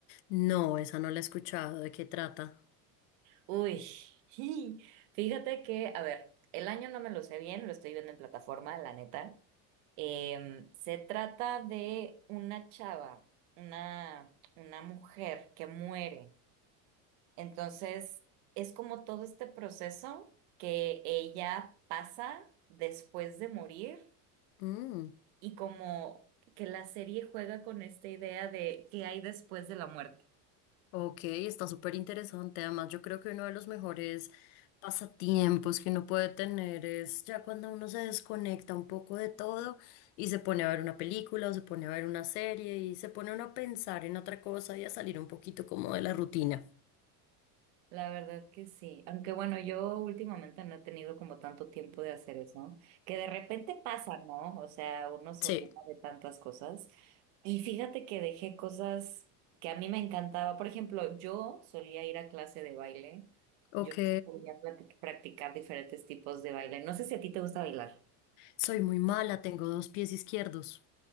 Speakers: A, on the left; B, on the right.
A: No, esa no la he escuchado. ¿De qué trata?
B: Uy, <laughs> fíjate que, a ver, el año no me lo sé bien, lo estoy viendo en plataforma, la neta. Em, se trata de una chava, una, una mujer que muere. Entonces, es como todo este proceso que ella pasa después de morir
A: Mm,
B: y como que la serie juega con esta idea de qué hay después de la muerte.
A: ok, está súper interesante. Además, yo creo que uno de los mejores pasatiempos que uno puede tener es ya cuando uno se desconecta un poco de todo y se pone a ver una película o se pone a ver una serie y se pone uno a pensar en otra cosa y a salir un poquito como de la rutina.
B: La verdad que sí, aunque bueno, yo últimamente no he tenido como tanto tiempo de hacer eso, que de repente pasa, ¿no? O sea, uno se
A: Sí,
B: ocupa de tantas cosas. Y fíjate que dejé cosas que a mí me encantaba. Por ejemplo, yo solía ir a clase de baile.
A: ok.
B: Yo solía platic- practicar diferentes tipos de baile. No sé si a ti te gusta bailar.
A: Soy muy mala, tengo dos pies izquierdos.